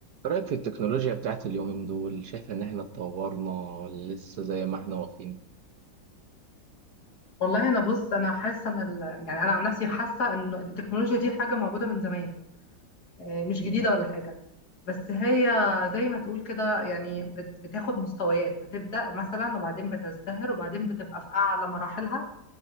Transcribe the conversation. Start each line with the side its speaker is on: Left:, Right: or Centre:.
Right: إيه رأيك في التكنولوجيا بتاعت اليومين دول شايف إن إحنا اتطورنا ولا لسه زي ما إحنا واقفين؟
Left: والله انا بص انا حاسه ان ال... يعني انا عن نفسي حاسه ان التكنولوجيا دي حاجه موجوده من زمان آه، مش
Right: مم.
Left: جديده ولا حاجه بس هي زي ما تقول كده يعني بت... بتاخد مستويات بتبدا مثلا وبعدين بتزدهر وبعدين بتبقى في اعلى مراحلها